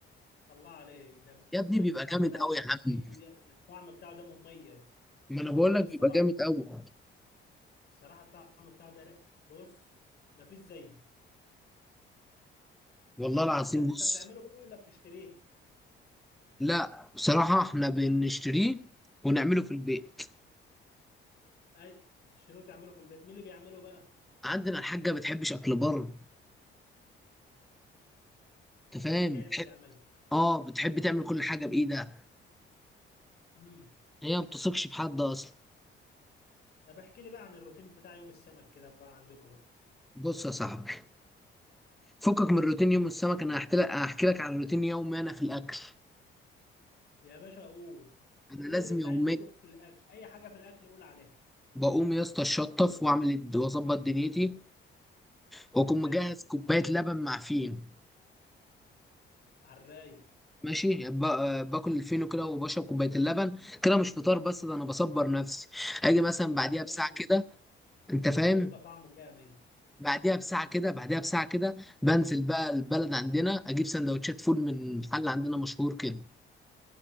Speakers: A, on the left; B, in the centre.
A: الله عليك ده ب-
B: يا
A: بص
B: ابني بيبقى
A: الطعم
B: جامد
A: بتاعه
B: أوي
A: ده
B: يا
A: خطير
B: عم
A: الطعم بتاعه ده مميز
B: ما أنا
A: خطير
B: بقول لك
A: الصراحة
B: بيبقى جامد أوي
A: الصراحة الطعم بتاعه ده لا- بص مفيش زيه
B: والله العظيم
A: فانت انت
B: بص
A: بتعمله بقى ولا بتشتريه
B: لا بصراحة احنا بنشتريه ونعمله في البيت
A: اي بتشتريه وتعمله في البيت مين اللي بيعمله بقى
B: عندنا الحاجة ما بتحبش أكل بره أنت فاهم
A: الحاجة هي
B: بتحب
A: اللي بتعمله
B: اه بتحب تعمل كل حاجة بإيدها
A: امم
B: هي ما بتثقش في حد أصلا
A: طب احكي لي بقى عن الروتين بتاع يوم السمك كده بقى عندكم بقى
B: بص يا صاحبي فكك من روتين يوم السمك انا هحكي لك هحكي لك على روتين يومي انا في الاكل
A: يا باشا قول
B: انا
A: قول
B: لازم
A: اللي انت
B: يوميا
A: عايز تقوله في الاكل اي حاجة في الاكل قول عليها
B: بقوم يا اسطى اتشطف واعمل الد- واظبط دنيتي واكون
A: حلو
B: مجهز كوبايه لبن مع فين
A: على الرايق
B: ماشي ب- آه، باكل الفينو كده وبشرب كوبايه اللبن كده مش فطار بس ده انا بصبر نفسي اجي مثلا بعديها
A: خلي
B: بساعه
A: بالك
B: كده انت فاهم
A: بيبقى طعمه جامد
B: بعديها بساعه كده بعديها بساعه كده بنزل
A: امم
B: بقى البلد عندنا اجيب سندوتشات فول من محل عندنا مشهور كده